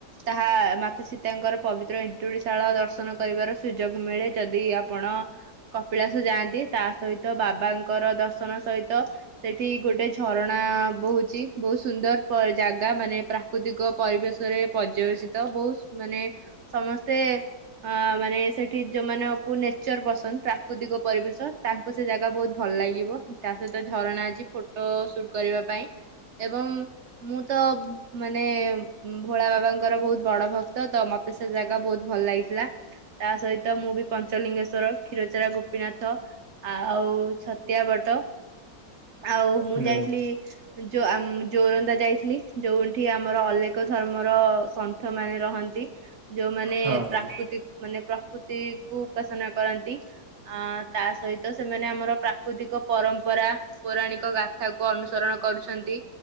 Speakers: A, on the right (about 80°); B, on the right (about 30°).
A: ତାହା ମାତା ସୀତାଙ୍କର ପବିତ୍ର ଏନ୍ତୁଡିଶାଳ ଦର୍ଶନ କରିବାର ସୁଯୋଗ ମିଳେ। ଯଦି ଆପଣ କପିଳାସ ଯାଆନ୍ତି ତା ସହିତ ବାବାଙ୍କର ଦର୍ଶନ ସହିତ ସେଠି ଗୋଟେ ଝରଣା ବହୁଛି। ବହୁତ ସୁନ୍ଦର ପର୍-ଜାଗା ମାନେ ପ୍ରାକୃତିକ ପରିବେଶରେ ପର୍ଯ୍ୟବେସିତ। ବହୁତ ମାନେ ସମସ୍ତେ ଅ-ମାନେ ସେଠି ଯୋଉମାନଙ୍କୁ ନେଚର ପସନ୍ଦ ପ୍ରାକୃତିକ ପରିବେଶ ତାକୁ ସେ ଜାଗା ବହୁତ ଭଲ ଲାଗିବ। ତା ସହିତ ଝରଣା ଅଛି ଫଟୋ ସୁଟ କରିବା ପାଇଁ ଏବଂ ମୁଁ ତ ମାନେ ଭୋଳା ବାବାଙ୍କର ବହୁତ ବଡ ଭକ୍ତ ତ ମତେ ସେ ଜାଗା ବହୁତ ଭଲ ଲାଗିଥିଲା। ତା ସହିତ ମୁଁ ବି ପଞ୍ଚଲିଙ୍ଗେଶ୍ୱର କ୍ଷୀରଚୋରା ଗୋପୀନାଥ ଆଉ ଛତିଆ ବଟ। ଆଉ ମୁଁ
B: ହୁଁ
A: ଯାଇଥିଲି ଯଓ-ଆମ୍-ଜୋରନ୍ଦା ଯାଇଥିଲି ଯୋଉଁଠି ଆମର ଅଲେଖ ଧର୍ମର ସନ୍ଥ ମାନେ ରହନ୍ତି। ଯୋଉମାନେ
B: ହଁ ହଁ
A: ପ୍ରାକୃତିକ୍ ମାନେ ପ୍ରକ୍ ପ୍ରକୃତିକୁ ଉପାସନା କରନ୍ତି ଆ ତା ସହି ତ ସେମାନେ ଆମର ପ୍ରାକୃତିକ ପରମ୍ପରା ପୌରାଣିକ ଗାଥାକୁ ଅନୁସରଣ କରୁଛନ୍ତି।